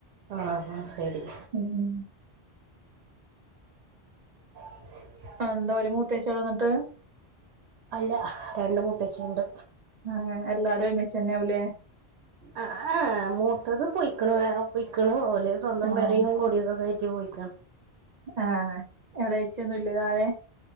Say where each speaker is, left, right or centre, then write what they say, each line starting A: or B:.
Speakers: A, on the right (about 85°); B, on the right (about 45°).
A: ആ ഇന്നാ സരി.
B: ഉം
A: <inaudible>
B: ആ എന്താ ഒരു മൂത്തച്യള്ളു ഇന്നട്ട്.
A: അല്ല രണ്ടുമൂത്തചിണ്ട്.
B: ആ എല്ലാരും ഒരുമിച്ചെന്നാവു ല്ലെ.
A: ആ ഏഹ മൂത്തത് പോയിക്ക്ണ് വേറെ പോയിക്ക്ണ് <unintelligible> ല്ലേര് സ്വന്തം
B: ആഹ്
A: പെരിം കുടിയൊക്കെ കയറ്റി പോയിക്കാണ്
B: ഏഹ് എളേച്ച്യൊന്നുംല്ലെ താഴെ